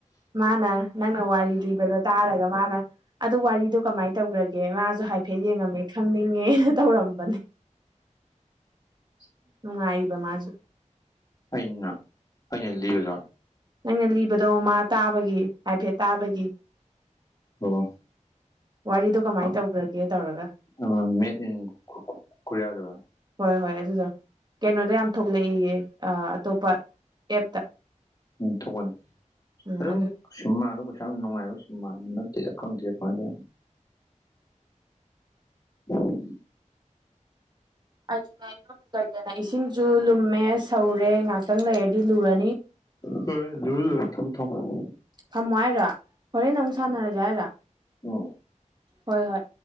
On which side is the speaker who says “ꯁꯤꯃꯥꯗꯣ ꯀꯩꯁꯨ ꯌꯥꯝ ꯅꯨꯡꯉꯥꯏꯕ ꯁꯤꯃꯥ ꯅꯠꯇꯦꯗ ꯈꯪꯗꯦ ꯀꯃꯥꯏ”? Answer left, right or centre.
Left